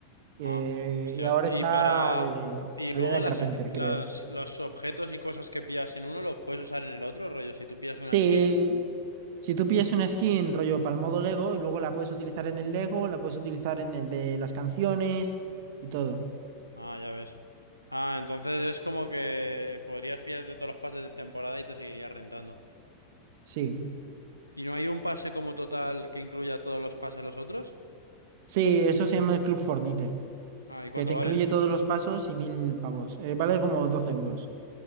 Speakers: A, on the right (about 90°); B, on the right (about 50°).
A: Ah,
B: eh,
A: hostia.
B: y ahora
A: Y
B: está
A: para...
B: eh,
A: Y
B: Sabrina
A: luego las,
B: Carpenter,
A: es- las,
B: creo.
A: los objetos y cosas que pillas en uno los puedes usar en el otro, rollo, si tú pillas una
B: Sí,
A: skin.
B: si tú pillas una skin rollo para el modo Lego y luego la puedes utilizar en el Lego, la puedes utilizar en el de las canciones y todo.
A: Ah, ya ves. Ah, entonces es como que podrías pillarte todos los pases de temporada y te seguirías rentando.
B: Sí,
A: ¿Y no hay un pase como total que incluya todos los pases de los otros?
B: sí, eso se llama el Club Fornite,
A: Ah, ¿y cuánto
B: que te incluye
A: vale?
B: todos los pasos y mil pavos. Eh, vale como 12 euros.